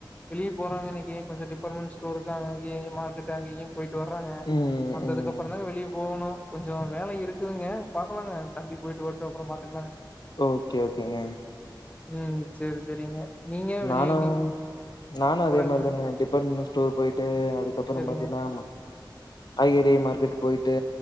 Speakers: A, on the left (about 15°); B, on the left (about 60°).
A: வெளியே போறாங்க இன்னக்கி கொஞ்சோ டிபார்ட்மென்ட் ஸ்டோருக்கு அங்கேயே மார்கெட் ட்டு அங்க இங்கயு போயிட்டு வர்றாங்க
B: ம்
A: வந்ததுக்கு
B: ம்
A: அப்றந்தாங்க வெளியே போகணு கொஞ்சோ வேல இருக்குதுங்க பாக்கலாங்க தம்பி போயிட்டு வரட்டு அப்றோ பாத்துக்லா
B: ஓகே ஓகேங்க
A: ம் சேரி சேரிங்க நீங்க
B: நானு
A: வெளிய எங்கயு
B: நானு அதே
A: போறீங்க
B: மாரி தானுங்க டிபார்ட்மெண்ட் ஸ் ஸ்டோர் போயிட் ட்டு அதுக்கப்பற
A: சேரிங்க
B: பாத்தீங்னா காய்கறி மார்க்கெட் போயிட்டு